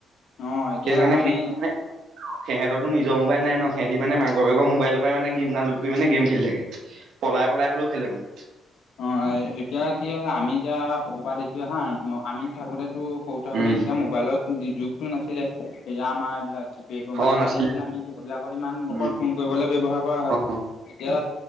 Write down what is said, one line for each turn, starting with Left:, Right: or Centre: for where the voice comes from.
Left: অ এতিয়া
Right: সেইটো কাৰণে
Left: আমি
Right: সেই সেহেঁতৰতো নিজৰ মোবাইল নাই ন সেহঁতি মানে মাক বাপেকৰ মোবাইলৰ পৰাই মানে গেম ডাউনল'ড কৰি মানে গেম খেলি থাকে
Left: <unintelligible>
Right: পলাই পলাই হ'লেও খেলে মানে।
Left: অঁ এতিয়া কি হয় আমি এতিয়া সৰু পৰা দেখি অহা আমি থাকোতেটো সৰু থাকোতে
Right: উম
Left: তেতিয়া যোগটো নাছিলে এতিয়া আমাৰ এইবিলাক কিপেড মোবাইল
Right: অ
Left: চলি
Right: নাছিলে
Left: আছিলে আমি সেইবিলাকত ইমান
Right: উম
Left: অকল ফোন কৰিবলে ব্যৱহাৰ কৰা হয়
Right: অ
Left: এতিয়া